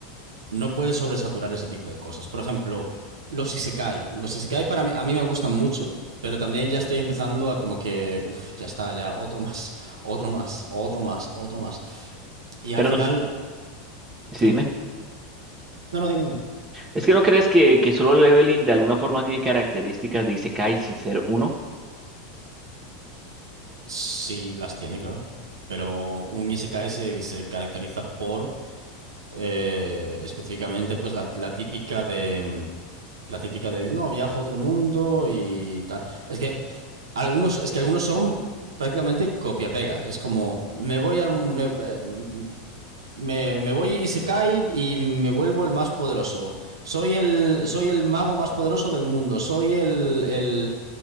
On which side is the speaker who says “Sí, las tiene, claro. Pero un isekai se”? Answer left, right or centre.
Right